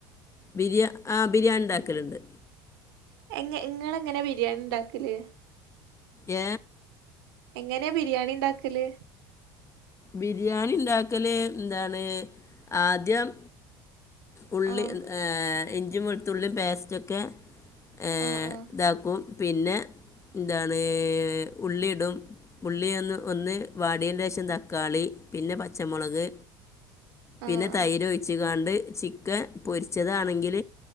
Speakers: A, on the left (about 25°); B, on the right (about 75°).
A: ബിരിയാ ആ ബിരിയാണി ഇണ്ടാക്കലുണ്ട്
B: എങ്ങ് ഇങ്ങളെങ്ങനെ ബിരിയാണി ഇണ്ടാക്കല്
A: ഏ
B: എങ്ങനെയാ ബിരിയാണി ഇണ്ടാക്കല്
A: ബിരിയാണി ഇണ്ടാക്കല് എന്താണ് ആദ്യം ഉളളി
B: ആഹ്
A: എൻ ഏ ഇഞ്ച് ഇഞ്ചിയും വെളുത്തുള്ളിം പേസ്റ്റൊക്കെ ഏഹ്
B: ആഹ് ആഹ്
A: ഇതാക്കും പിന്നെ എന്താണ് ഉള്ളി ഇടും ഉള്ളി ഒന്ന് ഒന്ന് വാടിയേൻ്റെശം തക്കാളി പിന്നെ പച്ചമുളക് പിന്നെ
B: ആഹ്
A: തൈര് ഒയിച്ച്ങ്ങാണ്ട് ചിക്കൻ പൊരിച്ചതാണെങ്കിൽ